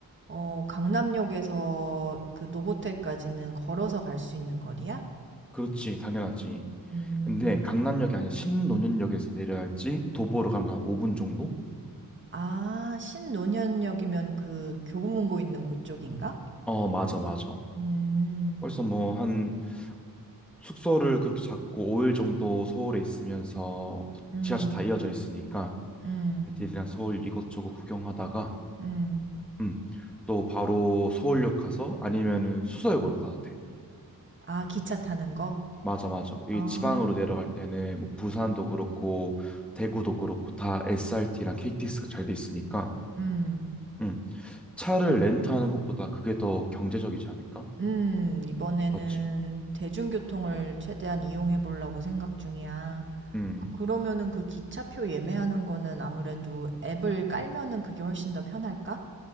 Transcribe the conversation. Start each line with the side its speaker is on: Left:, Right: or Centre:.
Right: 어, 강남역에서 그 노보텔까지는 걸어서 갈 수 있는 거리야?
Centre: 그렇지 당연하지.
Right: 음.
Centre: 근데 강남역이 아니라 신논현역에서 내려야지 도보로 가면 한 5분 정도?
Right: 아 신논현역이면 그 교보문고 있는 그쪽인가?
Centre: 어 맞아 맞아.
Right: 음.
Centre: 벌써 뭐한 숙소를 그렇게 잡고 5일 정도 서울에 있으면서 또
Right: 음.
Centre: 지하철 다 이어져 있으니까
Right: 음.
Centre: 애들이랑 서울 이곳저곳 구경하다가
Right: 음.
Centre: 음, 또 바로 서울역 가서 아니면은 수서역으로 가도 돼.
Right: 아 기차 타는 거?
Centre: 맞아, 맞아. 이
Right: 아.
Centre: 지방으로 내려갈 때는 뭐 부산도 그렇고 대구도 그렇고 다 SRT랑 KTX가 잘 돼 있으니까
Right: 음.
Centre: 음, 차를 렌트하는 것보다 그게 더 경제적이지 않을까?
Right: 음. 이번에는
Centre: 맞지?
Right: 대중교통을 최대한 이용해 보려고 생각 중이야.
Centre: 음,
Right: 그- 그러면은 그 기차표 예매하는 거는 아무래도 앱을 깔면은 그게 훨씬 더 편할까?